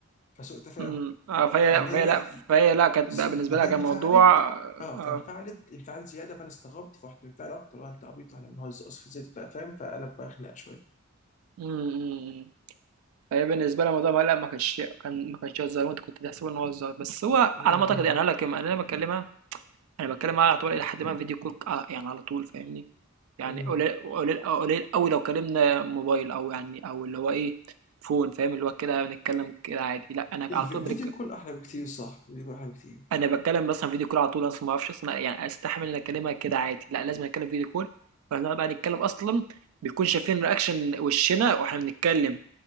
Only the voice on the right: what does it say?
أمم، آه، فهي
لا فهي
لا فهي لا كانت
بقى بالنسبه
لها كان
موضوع اه
آه،
أمم، أمم، فهي بالنسبة لها موضوع مقلق ما كانش كان ما كانش هزار وانت كنت تحسب ان هو هزار بس هو
على ما اعتقد يعني انا لما انا بكلمها انا بتكلم معاها على طول الى حد ما فيديو كول على- يعني على طول فاهمني يعني
قليل قليل قليل قوي لو كلمنا موبايل او يعني او اللي هو ايه فون فاهم اللي هو كده بنتكلم كده عادي لا انا
على طول
بريك
انا بتكلم مثلا فيديو كول على طول اصلا ما اعرفش اصلا يعني استحمل ان اكلمها كده عادي لا لازم اتكلم فيديو كول فبنقعد بقى نتكلم اصلا بيكون شايفين رياكشن وشنا واحنا بنتكلم